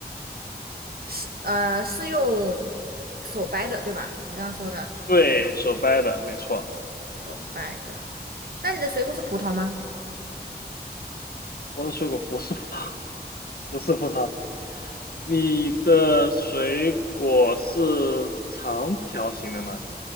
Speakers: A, on the right; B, on the left.
A: 是呃是用手掰的，对吧？你刚刚说的
B: 对，手掰的，没错。
A: 手掰的。那你的水果是葡萄吗？
B: 我的水果不是葡萄，不是葡萄。你的水果是长条形的吗？